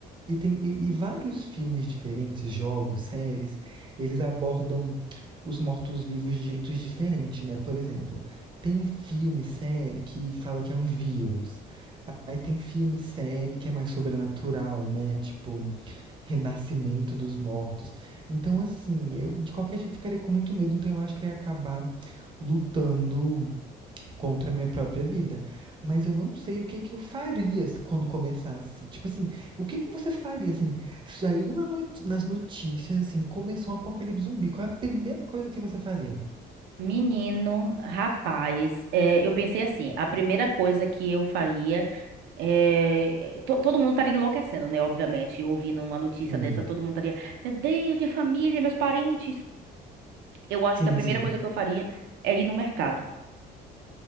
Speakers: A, on the right (about 30°); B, on the right (about 80°).
A: E tem e, e vários filmes diferentes, jogos, séries, eles abordam os mortos-vivos de jeitos diferentes, né? Por exemplo, tem filme, série que fala que é um vírus. Aí tem filme, série que é mais sobrenatural, né? Tipo, Renascimento dos Mortos. Então, assim, eu de qualquer jeito ficaria com muito medo, então eu acho que eu ia acabar lutando contra a minha própria vida. Mas eu não sei o que que eu faria quando começasse. Tipo assim, o que que você faria, assim? Saiu na noti- nas notícias, assim, começou um apocalipse zumbi. Qual é a primeira coisa que você faria?
B: Menino, rapaz, é, eu pensei assim, a primeira coisa que eu faria é, to- todo mundo estaria enlouquecendo, né? Obviamente, ouvindo uma notícia
A: Sim,
B: dessa, todo mundo estaria, meu Deus, minha família, meus parentes. Eu acho
A: sim,
B: que a primeira
A: sim.
B: coisa que eu faria é ir no mercado.